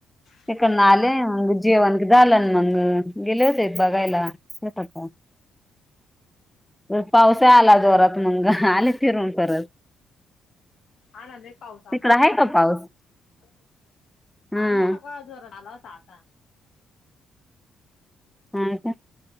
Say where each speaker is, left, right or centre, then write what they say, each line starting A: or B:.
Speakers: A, on the left; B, in the centre.
A: हा
B: तकडन
A: ना
B: आले मग जेवण झालं मग गेले होते बघायला येत का कोण. परत पावस ही आला जोरात मंग आले फिरून परत.
A: हा नंद एक पाऊस
B: तिकड
A: आलता
B: आहे
A: आता
B: का
A: एवढंच.
B: पाऊस हम्म
A: आ मग मग जोरात आला होता आता.
B: हा का.